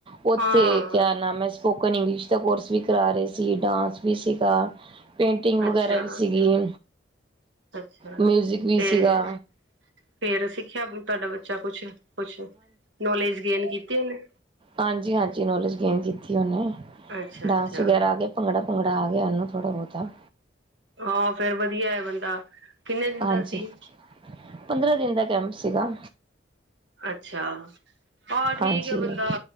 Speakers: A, on the right (about 30°); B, on the right (about 80°).
A: ਉੱਥੇ
B: ਹਾਂ
A: ਕਿਆ ਨਾਮ ਐ, ਸਪੋਕਨ ਇੰਗਲਿਸ਼ ਦਾ ਕੋਰਸ ਵੀ ਕਰਾ ਰਹੇ ਸੀ। ਡਾਂਸ ਵੀ ਸੀਗਾ। ਪੇਂਟਿੰਗ
B: ਅੱਛਾ
A: ਵਗੈਰਾ ਵੀ ਸੀਗੀ,
B: ਅੱਛਾ
A: ਮਿਊਜ਼ਿਕ ਵੀ
B: ਤੇ
A: ਸੀਗਾ।
B: ਫੇਰ ਸਿੱਖਿਆ ਤੁਹਾਡਾ ਬੱਚਾ ਕੁਛ ਕੁਛ ਨੌਲੇਜ ਗੇਨ ਕੀਤੀ ਉਹਨੇ
A: ਹਾਂਜੀ-ਹਾਂਜੀ, ਨੋਲੇਜ ਗੇਨ ਕੀਤੀ ਉਹਨੇ
B: ਅੱਛਾ
A: ਡਾਂਸ
B: ਅੱਛਾ
A: ਵਗੈਰਾ ਆ ਗਿਆ। ਭੰਗੜਾ ਭੂੰਗੜਾ ਆ ਗਿਆ ਉਹਨੂੰ ਥੋੜ੍ਹਾ ਬਹੁਤਾ।
B: ਹਾਂ, ਫੇਰ ਵਧੀਆ ਐ ਬੰਦਾ। ਕਿੰਨੇ ਦਿਨ
A: ਹਾਂਜੀ,
B: ਦਾ ਸੀ
A: ਪੰਦਰਾਂ ਦਿਨ ਦਾ ਕੈਂਪ ਸੀਗਾ।
B: ਅੱਛਾ, ਆਹੋ ਠੀਕ
A: ਹਾਂਜੀ
B: ਆ ਬੰਦਾ